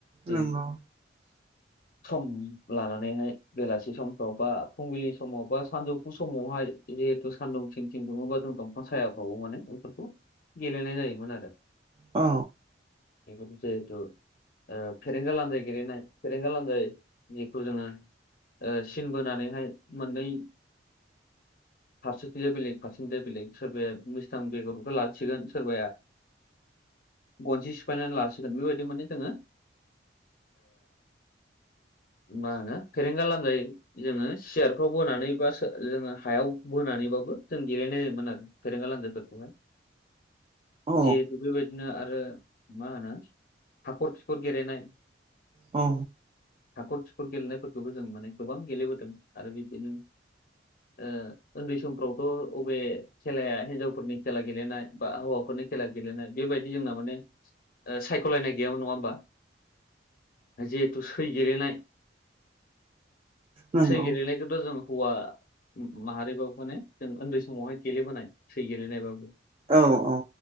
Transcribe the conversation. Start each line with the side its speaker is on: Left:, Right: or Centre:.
Left: बे
Right: नंगौ
Left: सम लानानैहाय बेलासि समफोराव बा फुंबिलि समाव बा सानजौफु समावहाय जिहेतु सानदुं थिं थिं दुङोबा जों दंफां सायाफ्रावबो माने बेफोरखौ गेलेनाय जायोमोन आरो
Right: अ
Left: बेफोर जेहेथु फेरेंगा लान्दाय गेलेनाय फेरेंगा लान्जाय जिखौ जोङो ओ सिन बोनानैहाय मोननै फारसेथिंया बेलेग फारसेथिंया बेलेग सोरबाया मिस्थां बेगरखौ लाखिगोन सोरबाया गनसे सिफायनानै लासिगोन बेबायदि माने जोङो मा होनो फोरेंगा लान्जाइ जोङो सियारफ्राव बोनानै बा सो--जोङो हायाव बोनानैबाबो जों गेलेनाय जायोमोन आरो। फेरेंगा लान्जायफोरखौहाय
Right: औ
Left: जिहेथु बेबायदिनो आरो मा होनो हाखर खिखर गेलेनाय
Right: औ
Left: हाखर खिखर गेलेनायफोरखौबो जों माने गोबां गेलेबोदों आरो बिदिनो ओ उन्दै समफ्रावथ' बबे खेलाया हिनजावफोरनि खेला गेलेनाय बा हौवाफोरनि खेला गेलेनाय बेबायदि जोंना माने सायख'लायनाय गैयामोन नङा होमबा जिहेथु सै गेलेनाय
Right: नंगौ
Left: सोरै गेलेनायखौथ' जों हौवा माहारिबाबो माने जों उन्दै समावहाय गेलेबोनाय फै गेलेनाय एबा
Right: औ औ